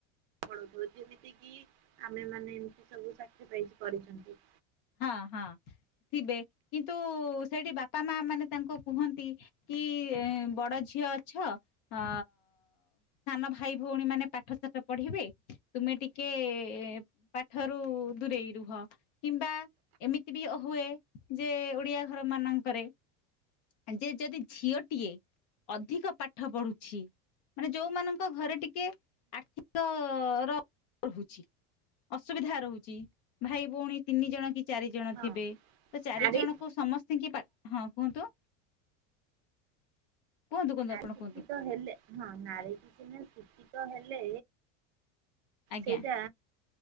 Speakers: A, on the right; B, on the left.
A: ମୂଳଦୁଆ ଯେମିତି କିି ଆମେମାନେ ଏମତି ସବୁ ସାକ୍ରିଫାଇସ୍ କରିଛନ୍ତି।
B: ହଁ ହଁ ଥିବେ କିନ୍ତୁ ସେଠି ବାପା ମା ମାନେ ତାଙ୍କୁ କୁହନ୍ତି କି ବଡ ଝିଅ ଅଛ ଅ ସାନ ଭାଇ ଭଉଣୀ ମାନେ ପାଠ ଶାଠ ପଢିବେ। ତୁମେ ଟିକେ ପାଠରୁ ଦୂରେଇ ରୁହ, କିମ୍ବା ଏମିତି ବି ହୁଏ ଯେ ଓଡିଆ ଘର ମାନଙ୍କରେ ଆ ଯେ ଯଦି ଝିଅଟିଏ ଅଧିକ ପାଠ ପଢୁଚି ମାନେ ଯୋଉମାନଙ୍କ ଘରେ ଟିକେ ଆର୍ଥିକ ର ରହୁଛି। ଅସୁବିଧା ରହୁଛି, ଭାଇ ଭଉଣୀ ତିନି ଜଣ କି ଚାରି ଜଣ
A: ହଁ
B: ଥିବେ ତ ଚାରି
A: ନାରୀ
B: ଜଣଙ୍କୁ ସମ ସ୍ତିଙ୍କି ପା ହଁ କୁହନ୍ତୁ, କୁହନ୍ତୁ କୁହନ୍ତୁ
A: ନାରୀ
B: ଆପଣ
A: ଶିକ୍ଷିତ
B: କୁହନ୍ତୁ।
A: ହେଲେ ହଁ ନାରିଟି ସିନା ସୁସ୍ଥ ହେଲେ
B: ଆଜ୍ଞା
A: ସେଇଟା